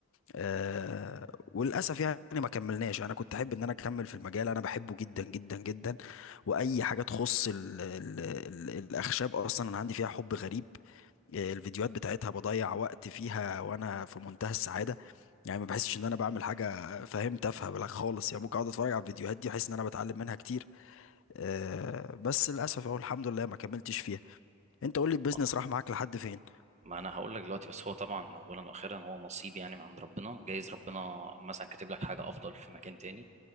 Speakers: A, on the left; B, on the right.
A: آه وللاسف يعني ما كملناش انا كنت احب ان انا اكمل في المجال انا بحبه جدا جدا جدا واي حاجه تخص ال ال ال الاخشاب اصلا انا عندي فيها حب غريب آه، الفيديوهات بتاعتها بضيع وقت فيها وانا في منتهى السعاده يعني ما بحسش ان انا بعمل حاجه فاهم تافهه بلا خالص يعني ممكن اقعد اتفرج على الفيديوهات دي احس ان انا بتعلم منها كتير آه بس للاسف او الحمد لله ما كملتش فيها انت قول لي البيزنس
B: هو-
A: راح معاك لحد فين
B: ما انا هقول لك دلوقتي بس هو طبعا اولا واخيرا هو نصيب يعني من عند ربنا جايز ربنا مثلا كاتب لك حاجة افضل في مكان تاني